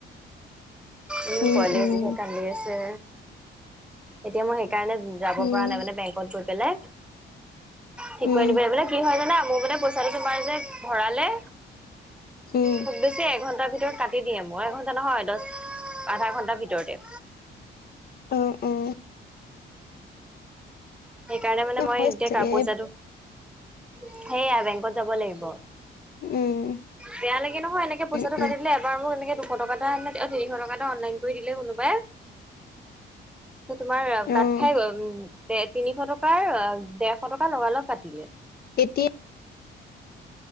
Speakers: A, in the centre; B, on the left.
A: উ
B: উম,
A: পোৱালি
B: উম,
A: যিহে কান্দি আছে এতিয়া মই সেইকাৰণে। যাব
B: উম,
A: পৰা নাই মানে বেংকত গৈ পেলাই ঠিক
B: উম,
A: কৈ আনিবলে মানে কি হয় জানা মোৰ মানে। তোমাৰ যে ভৰালে।
B: উম।
A: খুব বেছি এঘণ্টাৰ ভিতৰত কাটি দিয়ে মই এঘণ্টা নহয় দহ। আধা ঘণ্টাৰ ভিতৰতে।
B: উম উম।
A: সেইকাৰণে মানে মই
B: হয়
A: এতিয়া
B: চাগে
A: কাৰ পইচাটো সেইয়া বেংকত যাব লাগিব।
B: উম।
A: বেয়া লাগে নহয় এনেকে পইছাটো
B: উম, উম,
A: কাটিদিলে এবাৰ মোৰ এনেকে দুশ টকা এটা অ তিৰিশ টকা এটা অনলাইন। দিলে কোনোবাই তোমাৰ কাত
B: অ',
A: খাই গ'ল। তিনিশ টকাৰ ডেৰশ টকা লগালগ কাটিলে।
B: এতিত